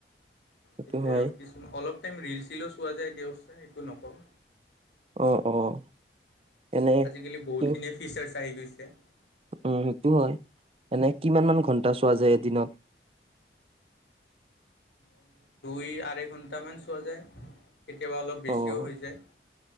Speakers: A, on the right; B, on the left.
A: সেইটো
B: সেইটোৱে
A: হয়
B: আৰু কিছোন অলপ টাইম ৰিল চিলো চোৱা যায় দিয়কচোন, সেইটো নকওঁ।
A: অ' অ' এনে
B: আজিকালি বহুতখিনিয়ে
A: কি
B: ফিচাৰ্ছ আহি গৈছে।
A: উম, সেইটো হয়, এনে কিমান মান ঘণ্টা চোৱা যায় এদিনত।
B: মোৰৰ দুই আঢ়ৈ ঘণ্টামান চোৱা যায়। কেতিয়াবা অলপ বেছিও
A: অ',
B: হৈ যায়।